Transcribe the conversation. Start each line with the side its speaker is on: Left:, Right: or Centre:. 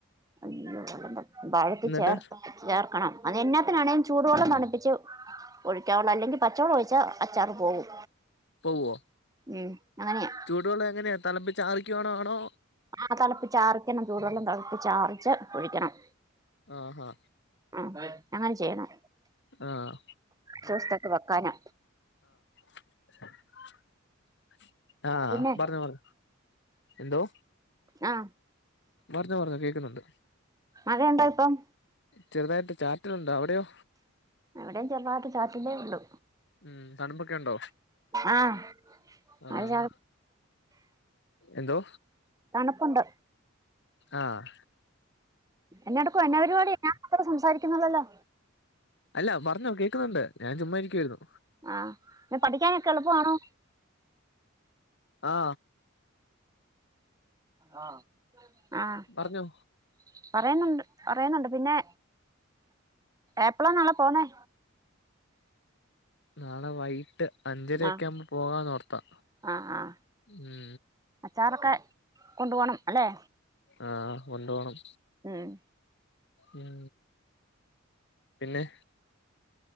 Right: അ വാഴത്തി
Left: എന്നിട്ട്
Right: ചേർത്ത് ചേർക്കണം അത് എന്നാത്തിനാണേങ്കിലും ചൂടുവെള്ളം തണുപ്പിച്ച് ഒഴിക്കാവള്ള അല്ലെങ്കിൽ പച്ചവെളം ഒഴിച്ചാ അച്ചാറ് പോകും.
Left: പോവോ
Right: ഉം അങ്ങനെയാ
Left: ചൂടു വെള്ളം എങ്ങനെയാ തലപ്പിച്ച് ആറക്ക്വാണോ ആണോ
Right: ആ തിളപ്പി ചാറിക്കണം ചൂടുവെള്ളം തിളപ്പി ചാറിച്ച് കുഴിക്കണം
Left: ആഹ ആഹ
Right: ആ അങ്ങനെ ചെയ്യണം
Left: ആഹ്
Right: ചൂത്തൊക്കെ വെക്കാന <inaudible>
Left: <unintelligible> ആഹ
Right: പിന്നെ
Left: പറരഞ്ഞ പറ എന്തോ?
Right: ആഹ
Left: പറഞ്ഞോ പറഞ്ഞോ കേക്കുന്നുണ്ട്
Right: മഴയണ്ടോ ഇപ്പം
Left: ചെറുതായിട്ട് ചാറ്റലുണ്ടോ അവിടെയോ
Right: എവിടെയും ചെറവാത്ത ചാത്തിിന്റെേ ഉള്ളു
Left: ഉം തണുപ്പൊക്കെ ഉണ്ടോ
Right: ആഹ
Left: ആഹ്
Right: അ
Left: എന്തോ
Right: തണുപ്പുണ്ട്
Left: ആഹ്
Right: എന്നടുക്കുക എന്ന പരിപാടി ഞാൻ മാത്രം സംസാരിക്കുന്നതല്ലോ
Left: അല്ല പറഞ്ഞോ കേൾക്കുന്നുണ്ട് ഞാൻ ചുമ്മാ ഇരിക്കുവായിരുന്നു
Right: ആഹ് പിന്നെ
Left: <unintelligible>
Right: പഠിക്കാനൊക്കെ എളുപ്പമാണോ
Left: ആ
Right: ആ ആ
Left: പറഞ്ഞോ
Right: അപറഞ്ഞോ പറയുന്നുണ്ട് പറയുന്നുണ്ട് പിന്നെ എപ്പളാ നാളെ പോന്നേ
Left: നാളെ വൈയിട്ട് അഞ്ചരയക്കെ
Right: ആഹ്
Left: ആവുമ്പോ പോകാന്നോർത്ത
Right: ആഹ് ആഹ്
Left: ഉം
Right: അച്ചാറൊക്കെ കൊണ്ടു പോണം അല്ലെ
Left: ആ കൊണ്ടു പോണം
Right: ഉം
Left: ഉം പിന്നെ